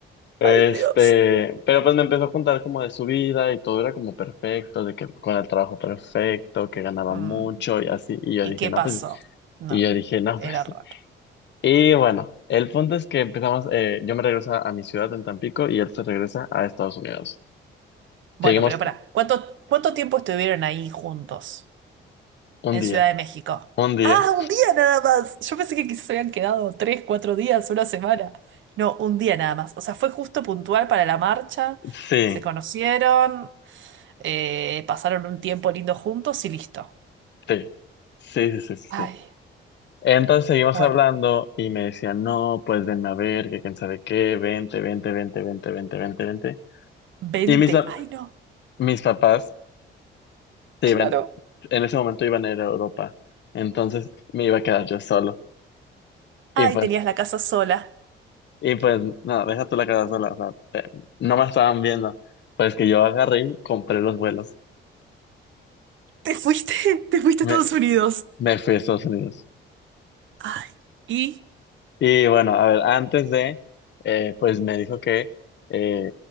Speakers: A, on the left (about 65°); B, on the right (about 75°).
A: Este,
B: ay, Dios.
A: pero pues me empezó a contar como de su vida y todo era como perfecto, de que con el trabajo perfecto, que ganaba
B: Mm,
A: mucho y así. Y yo
B: ¿Y
A: dije,
B: qué
A: no,
B: pasó?
A: pues,
B: No,
A: y yo dije, no,
B: era
A: <laughs> pues.
B: raro.
A: Y bueno, el punto es que empezamos, eh, yo me regreso a, a mi ciudad en Tampico y él se regresa a Estados Unidos.
B: Bueno,
A: Seguimos
B: pero pará, ¿cuánto, cuánto tiempo estuvieron ahí juntos?
A: un
B: en
A: día,
B: Ciudad de México.
A: un día.
B: Ah, un día nada más. Yo pensé que quizás se habían quedado tres, cuatro días, una semana. No, un día nada más. O sea, fue justo puntual para la marcha.
A: Sí,
B: Se conocieron, eh, pasaron un tiempo lindo juntos y listo.
A: sí, sí, sí, sí, sí.
B: Ay,
A: sí. Entonces seguimos
B: bueno,
A: hablando y me decía, no, pues venme a ver, que quién sabe qué, vente, vente, vente, vente, vente, vente, vente.
B: 20.
A: Y mis,
B: Ay, no,
A: mis papás se
B: claro.
A: iban, en ese momento iban a ir a Europa, entonces me iba a quedar yo solo. Y
B: Ay,
A: pues,
B: tenías la casa sola.
A: y pues, no, deja tú la quedar sola, o sea, te- no me estaban viendo. Pues que yo agarré y compré los vuelos.
B: Te fuiste, <laughs> te fuiste
A: Me,
B: a Estados Unidos.
A: me fui a Estados Unidos.
B: Ay, ¿y
A: Y bueno, a ver, antes de, eh, pues me dijo que, eh,